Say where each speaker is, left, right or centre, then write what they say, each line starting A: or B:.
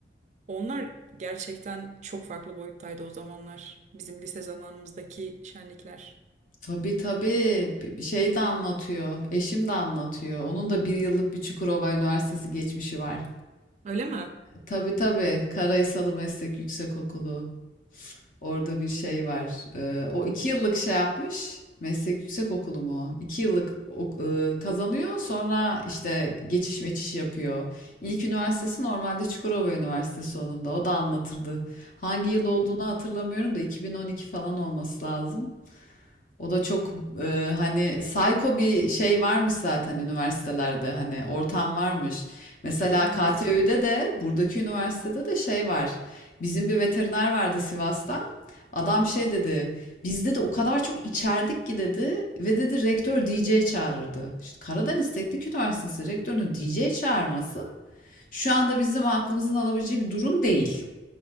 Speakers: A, on the right (about 40°); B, on the left (about 45°).
A: Onlar gerçekten çok farklı boyuttaydı o zamanlar. Bizim lise zamanımızdaki şenlikler.
B: Tabii tabii B- şey de anlatıyor. Eşim de anlatıyor. Onun da bir yıllık bir Çukurova Üniversitesi geçmişi var.
A: Öyle mi?
B: Tabii tabii Karaysalı Meslek Yüksekokulu. Orada bir şey var. Ee, o iki yıllık şey yapmış. Meslek Yüksekokulu mu? o? İki yıllık ok- e, kazanıyor. Sonra işte geçiş meçiş yapıyor. İlk üniversitesi normalde Çukurova Üniversitesi onun da. O da anlatırdı. Hangi yıl
A: Hmm,
B: olduğunu hatırlamıyorum da 2012 falan olması lazım. O da çok e, hani psycho bir şey varmış zaten üniversitelerde hani ortam varmış. Mesela
A: evet.
B: KTÜ'de de buradaki üniversitede de şey var. Bizim bir veteriner vardı Sivas'ta. Adam şey dedi. Bizde de o kadar çok içerdik ki dedi ve dedi rektör DJ çağırırdı. İşte Karadeniz Teknik Üniversitesi rektörünün DJ çağırması şu anda bizim aklımızın alabileceği bir durum değil.